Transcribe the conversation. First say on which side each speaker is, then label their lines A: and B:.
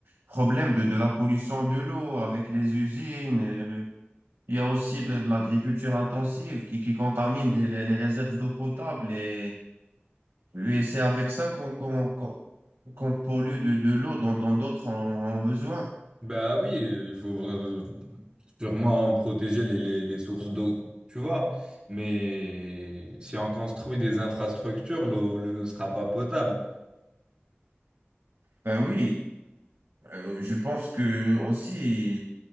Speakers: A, on the right (about 85°); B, on the right (about 20°).
A: problème de, de la pollution de l'eau avec les usines. euh, il y a aussi de, de l'agriculture intensive qui, qui contamine des- les, les réserves d'eau potable. Et, et c'est avec ça qu'on qu'on, qu'on, qu'on pollue de, de l'eau dont dont d'autres en ont besoin.
B: Bah oui, euh, il faut vra- sûrement protéger les, les- les sources d'eau, tu vois. Mais si on construit des infrastructures, l'eau l'eau ne sera pas potable.
A: Ben oui, euh, je pense que aussi.